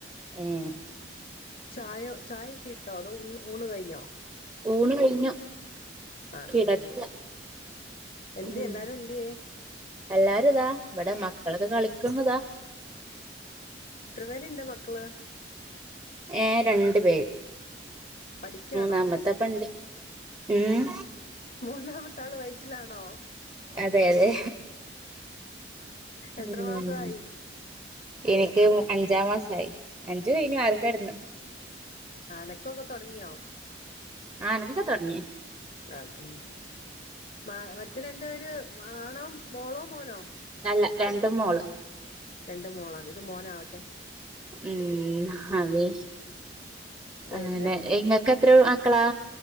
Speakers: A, on the right; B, on the left.
A: ഉം
B: ചായാ ചായോക്കെ ഇട്ടോ അതോ ഉണ ഊണ് കഴിഞ്ഞോ
A: ഊണ് കഴിഞ്ഞു
B: ആണ്
A: കിടക്ക
B: ഉം എന്തിയേ
A: ഉം
B: എല്ലാരും എന്തിയേ
A: എല്ലാരും ഇതാ ഇവടെ മക്കളൊക്കെ കളിക്ക്ന്നതാ
B: എത്ര പേര് ഒണ്ട് മക്കള്
A: യെ രണ്ട് പേര്
B: പഠിക്കാണോ
A: മൂന്നാമത്തെപ്പണ്ടി ഉം
B: മൂന്നാമത്തെ ആള് വൈയ്യാറ്റിലാണോ
A: അതെ അതെ
B: എത്ര
A: ഉം
B: മാസമായി
A: എനിക്ക് അഞ്ചാം മാസായി അഞ്ച് കഴിഞ്ഞ് ആറ്ക്കടന്ന്
B: അനോക്കൊക്കെ തെടങ്ങിയോ
A: അനാക്കാത്തോടങ്ങി
B: <unintelligible> ഉം മ മറ്റേ രണ്ട് പേര് ആണോ മോളോ മോനോ
A: അല്ല രണ്ടും മോള്
B: രണ്ടും മോളാണ് ഇത് മോനാവട്ടെ
A: ഉം അതോ
B: പിന്നെ
A: ആാ ഇങ്ങന <unintelligible> എത്രാ മക്കളാ